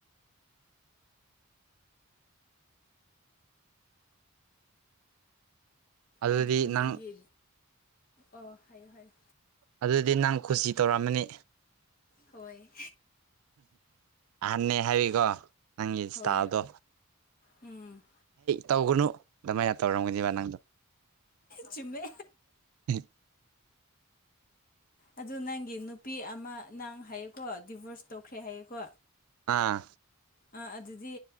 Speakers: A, on the right (about 70°); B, on the left (about 40°).
A: ꯑꯗꯨꯗꯤ
B: ꯑꯗꯨ
A: ꯅꯪ
B: ꯅꯪꯒꯤ ꯑꯣ ꯍꯥꯏꯌꯨ ꯍꯥꯏꯌꯨ
A: ꯑꯗꯨꯗꯤ ꯅꯪ ꯈꯨꯁꯤ ꯇꯧꯔꯝꯃꯅꯤ
B: ꯍꯣꯏ
A: ꯑꯍꯥꯟꯅꯦ ꯍꯥꯏꯔꯤꯀꯣ ꯅꯪꯒꯤ ꯏꯁ
B: ꯍꯣꯏ
A: ꯇꯜꯗꯣ
B: ꯎꯝ
A: ꯇꯧꯒꯅꯨ ꯑꯗꯨꯃꯥꯏꯅ ꯇꯧꯔꯝꯒꯅꯦꯕ ꯅꯪꯗꯣ
B: ꯆꯨꯝꯃꯦ
A: ꯍꯝ
B: ꯑꯗꯨ ꯅꯪꯒꯤ ꯅꯨꯄꯤ ꯑꯝꯃꯥ ꯅꯪ ꯍꯥꯏꯌꯦꯀꯣ ꯗꯤꯚꯣꯔꯁ ꯇꯧꯈ꯭ꯔꯦ ꯍꯥꯏꯌꯦꯀꯣ
A: ꯑꯥ
B: ꯑꯥ ꯑꯗꯨꯗꯤ